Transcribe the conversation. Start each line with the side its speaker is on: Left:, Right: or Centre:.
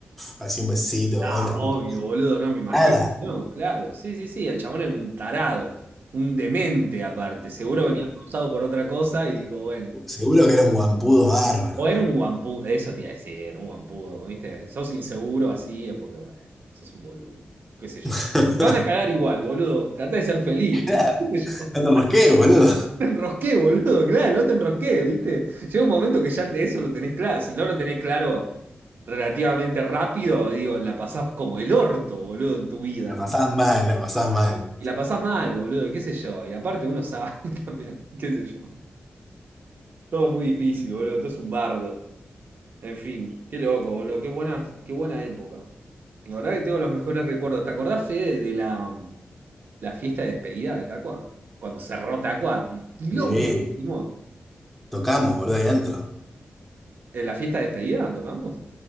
Centre: así un besito,
Right: Ah,
Centre: hola,
Right: obvio,
Centre: puta.
Right: boludo, no me imagino.
Centre: Nada.
Right: No, claro, sí, sí, sí, el chabón era un tarado, un demente aparte, seguro venía cruzado por otra cosa y dijo, bueno,
Centre: Seguro que era un guampudo bárbaro.
Right: o era un guampudo, eso te iba a decir, un guampudo, ¿viste? Sos inseguro así, es porque, bueno, sos un boludo, qué sé yo.
Centre: <laughs>
Right: Y Te van a cagar igual, boludo, trata de ser feliz,
Centre: Claro,
Right: ¿viste? <laughs>
Centre: no te rosqué, boludo.
Right: Te enrosqué, boludo, claro, no te enrosqué, ¿viste? Llega un momento que ya de eso lo tenés claro. Si no lo tenés claro relativamente rápido, digo, la pasás como el orto, boludo, en tu vida.
Centre: La pasás mal, la pasás mal.
Right: Y la pasás mal, boludo, qué sé yo. Y aparte uno sabe <laughs> también, qué sé yo. Todo muy difícil, boludo, todo es un bardo. En fin, qué loco, boludo, qué buena, qué buena época. La verdad que tengo los mejores recuerdos. ¿Te acordás, Fede, de la, la fiesta de despedida de Tacua? Cuando cerró Tacua, el quilombo
Centre: Sí,
Right: que hicimos.
Centre: tocamos, boludo, ahí adentro.
Right: ¿En la fiesta de despedida tocamos?